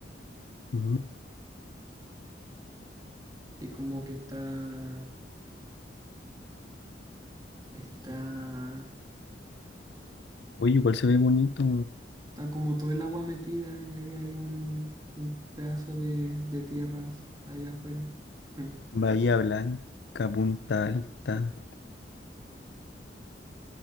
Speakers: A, on the left; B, on the right.
A: Mm.
B: Así como que está, está,
A: Oye, igual se ve bonito.
B: está como todo el agua metida y ahí hay un, un pedazo de, de tierras ahí afuera. <laughs>
A: Bahía Blanca, Punta Alta.